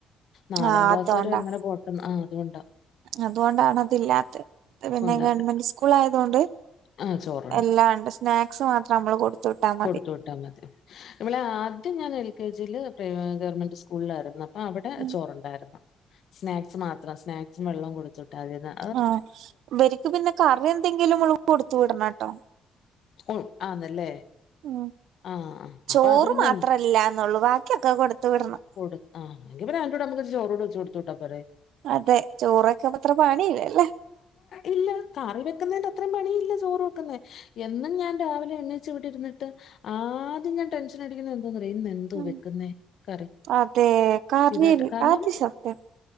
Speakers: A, on the left (about 65°); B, on the right (about 80°).
A: നാലാം
B: ആഹ്
A: ക്ലാസ്സ്
B: അതോണ്ടാ
A: വരെ അങ്ങനെ പോട്ട് ആ അതുകൊണ്ടാ
B: അതുകൊണ്ടാണ് അതില്ലാത്തെ പിന്നെ
A: കൊല്ലാത്ത
B: ഗവൺമെന്റ് സ്കൂള ആയതു കൊണ്ട്
A: ആ ചോറ്
B: എല്ലാ ഉണ്ട് സ്നാക്സ് മാത്രം നമ്മള് കൊടുത്തുവിട്ടാ മതി.
A: കൊടുത്തു വിട്ടാ മതി ഇവിളെ ആദ്യം ഞാൻ എൽ കെ ജിയില് പ്ര ഗവൺമെന്റ് സ്കൂളിലായിരുന്നു. അപ്പൊ അവിടെ
B: ഉം
A: ചോറുണ്ടായിരുന്നു. സ്നാക്സ് മാത്രം സ്നാക്സും വെള്ളവും കൊടുത്ത്. വിട്ട മ
B: ആ വരിക്ക് പിന്നെ കറി എന്തെങ്കിലും ഉ കൊടുത്തു വിടണംട്ടോ
A: ഉം ആന്നല്ലേ
B: ഉ
A: ആ ആ.
B: ചോറ്
A: അപ്പൊ അത് പിന്നെ
B: മാത്രല്ലന്നുള്ളു
A: ഉണ്ട്.
B: ബാക്കിയൊക്കെ കൊടുത്ത് വിടണം.
A: കൊ ആ എ ആടെ നമക്ക് ചോറുട് വെച്ച് കൊടുത്ത് വിട്ടാ പോരെ.
B: അതെ ചോറൊക്കെൻ ഇത്ര പണിഇല്ലല്ലേ.
A: ഇല്ല കാറി വെക്കുന്നതിന്റെ അത്രയും പണിയില്ല ചോറ് വെക്കുന്ന എന്നും ഞാൻ രാവിലെ എണോച്ച് ഇവി ഇരുന്നട്ട് ആദ്യം ഞാൻ ടെൻഷൻ അടിക്കുന്നത് എന്തോന് അറോ തു
B: ഉം
A: വെക്കുന്ന കറി
B: അതെ കറി
A: ഇതാട കാരണം.
B: അത് സത്യം